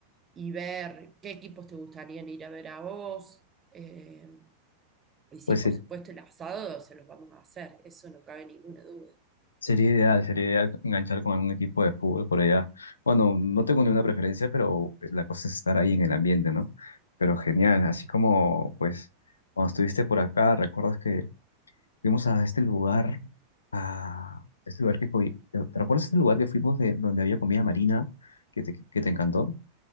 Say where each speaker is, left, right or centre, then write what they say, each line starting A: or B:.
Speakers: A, on the right; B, on the left.
A: y ver qué equipos te gustarían ir a ver a vos. eh, y sí,
B: Pues
A: por supuesto, el asado se los vamos a hacer, eso no cabe ninguna duda.
B: Sería ideal, sería ideal enganchar con algún equipo de fútbol por allá. Bueno, no tengo ninguna preferencia, pero pues, la cosa es estar ahí en el ambiente, ¿no? Pero genial, así como, pues, cuando estuviste por acá, recuerdas que fuimos a este lugar, a este lugar que... co- ¿Te te recuerdas este lugar que fuimos de donde había comida marina que te, que te encantó?